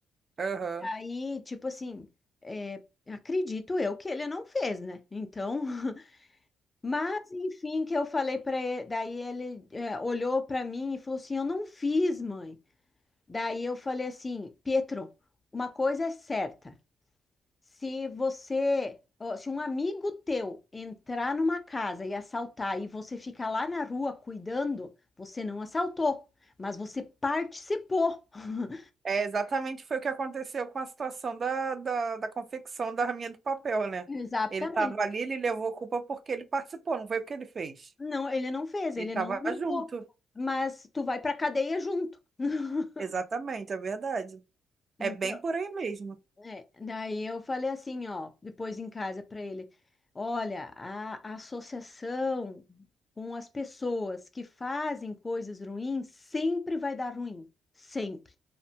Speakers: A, on the right; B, on the left.
A: Aham.
B: Aí, tipo assim, é, acredito eu que ele não fez, né? Então, <laughs> mas enfim, que eu falei para ele, daí ele é, olhou para mim e falou assim: "Eu não fiz, mãe". Daí eu falei assim: "Pietro, uma coisa é certa. Se você, ó, se um amigo teu entrar numa casa e assaltar e você ficar lá na rua cuidando, você não assaltou, mas você participou". <laughs>
A: É, exatamente foi o que aconteceu com a situação da, da, da confecção da Rainha do Papel, né?
B: Exatamente.
A: Ele estava ali, ele levou culpa porque ele participou, não foi porque ele fez.
B: Não, ele não fez,
A: Ele
B: ele
A: estava
B: não mudou.
A: junto.
B: Mas tu vai pra cadeia junto. <laughs>
A: Exatamente, é verdade. É
B: Então,
A: bem por aí mesmo.
B: é, daí eu falei assim, ó, depois em casa para ele, olha, a, a associação com as pessoas que fazem coisas ruins sempre vai dar ruim, sempre.